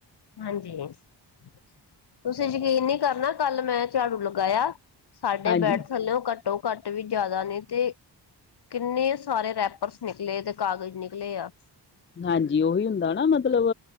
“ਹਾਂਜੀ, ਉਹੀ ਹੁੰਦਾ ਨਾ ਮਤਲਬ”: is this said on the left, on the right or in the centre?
Left